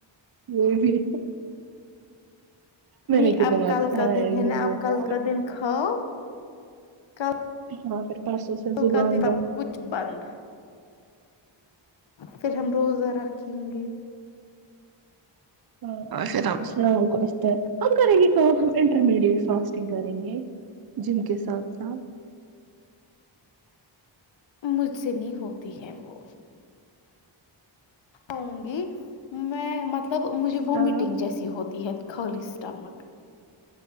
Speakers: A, on the right (about 50°); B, on the left (about 70°).
A: یہ بھی
B: نہیں
A: میں نے کتنا
B: آپ کل
A: کھایا
B: کا دن
A: ان
B: ہے
A: دنوں
B: نا آپ کل
A: سے
B: کا دن کھاؤ کم
A: ہاں پھر پرسوں سے
B: ل
A: زبان
B: کا دن
A: بند
B: اب کچھ بند پھر ہم روزہ رکھیں گے
A: ل اللام ہم کریں گے کام ہم انٹرمیڈیٹ فاسٹنگ کریں گے جم کے ساتھ ساتھ
B: مجھ سے نہیں ہوتی ہے وہ ا گی <inaudible> میں مطلب مجھے وامٹنگ
A: ہاں
B: جیسی ہوتی تیحت خلیی اسٹمک